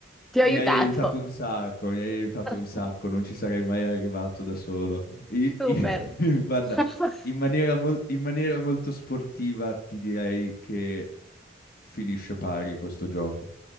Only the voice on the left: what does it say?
Mi
hai aiutato un sacco, mi hai aiutato
un sacco, non ci sarei mai arrivato da solo. I-
i- <laughs> guarda,
in maniera, mol- in maniera molto sportiva ti direi che finisce pari questo gioco.